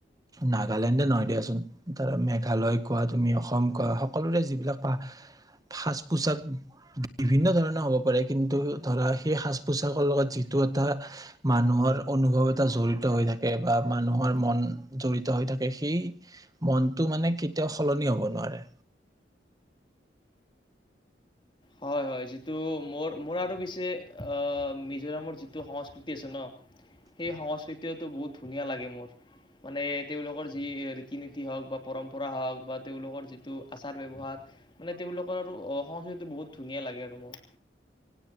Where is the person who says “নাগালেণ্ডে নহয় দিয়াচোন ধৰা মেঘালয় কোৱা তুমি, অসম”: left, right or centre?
Right